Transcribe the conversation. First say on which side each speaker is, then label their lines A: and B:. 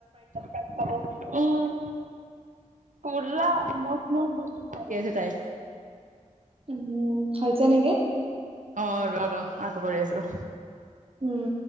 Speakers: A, on the right; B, on the right.
A: <unintelligible> হ'ব। উম। পুলাও। মই মই <inaudible> ঠিকেই আছে তাই।
B: উম, হৈছে নিকি?
A: অ', ৰ', ৰ'। আকৌ কৰি আছো।
B: উম।